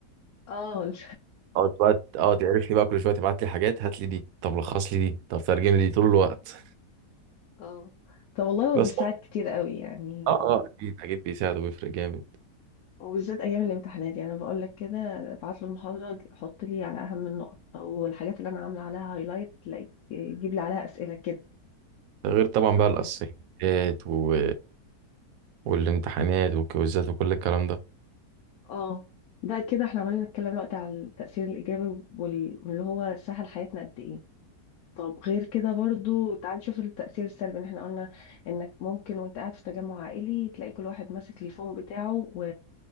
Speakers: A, on the left (about 70°); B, on the right (about 70°).
A: اه <laughs> ال-
B: اقعد بقى ت- اه تعرفني بقى كل شويه تبعت لي حاجات هات لي دي طب لخص لي دي طب ترجم لي دي طول الوقت
A: اه طب والله
B: <laughs>
A: هو
B: بس
A: بيساعد
B: اه
A: كتير قوي يعني
B: اه أه، اكيد اكيد بيساعد وبيفرق جامد
A: وبالذات ايام الامتحانات يعني انا بقول لك كده ابعت له المحاضره حط لي على اهم النقط او الحاجات اللي انا عامله عليها هايلايت تلاقيك جيب لي عليها اسئله كده
B: ده غير طبعا
A: اه
B: بقى الاسايمنتات و... والامتحانات والكويزات وكل الكلام ده
A: اه ده كده احنا عمالين نتكلم دلوقتي على التاثير الايجابي وال- واللي هو سهل حياتنا قد ايه طب غير كده برضو تعال نشوف التأثير السلبي ان احنا قلنا انك ممكن وانت قاعد في تجمع عائلي تلاقي كل واحد ماسك التليفون بتاعه و...